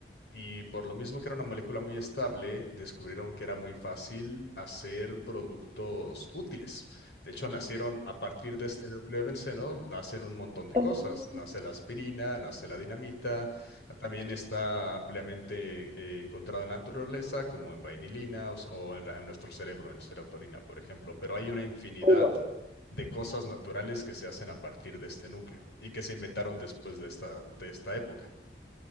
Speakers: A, on the left; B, on the right.
A: Y por lo mismo que era una molécula muy estable, descubrieron que era muy fácil hacer productos útiles. De hecho, nacieron a partir de este núcleo de benceno, nacen un montón de
B: oh,
A: cosas. Nace la aspirina, nace la dinamita, también está ampliamente eh, encontrado en la naturaleza, como en vainilina o, o en, la- en nuestro cerebro, en serotonina, por ejemplo. Pero hay una infinidad
B: oh, wow,
A: de cosas naturales que se hacen a partir de este núcleo y que se inventaron después de esta, de esta época.